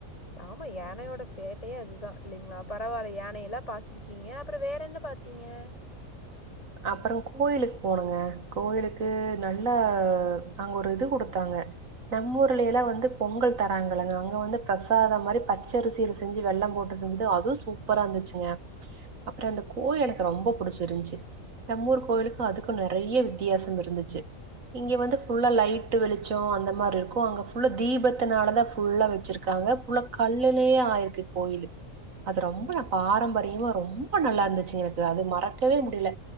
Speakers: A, on the left; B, on the right.
A: ஆமா யானயோட சேட்டையே அதுதா. இல்லேங்களா பரவால்ல யானையெல்லா பாத்துருக்கீங்க அப்புறோ வேற என்ன பாத் டீங்க
B: அப்புறோ கோயிலுக்கு போனோங்க கோயிலுக்கு நல்லா அங்க ஒரு இது குடுத்தாங்க நம்ம ஊர்ல எல்லா வந்து பொங்கல் தராங்கலங்க அங்க வந்து பிரசாத மாரி பச்சரிசி செஞ்சு வெள்ள போட்டு செஞ்சது அதுவு சூப்பரா இருந்துச்சுங்க அப்புறோ அந்த கோயில் எனக்கு ரொம்ப புடிச்சி இருன்ச்சு நம்மூர் கோயிலுக்கு அதுக்கு நெறையா வித்தியாசம் இருந்துச்சு இங்கே வந்து ஃபுல்லா லைட்டு வெளிச்சோ அந்த மாரி இருக்கு அங்க ஃபுல்லா தீபத்தினால தா ஃபுல்லா வெச்சிரு க்காங்க புல்லா கல்லுலயே ஆயிருக்கு கோயிலு அது ரொம்ப ந பாரம்பரியமா ரொம்ப நல்லா இருந்துச்சு எனக்கு அது மறக்கவே முடில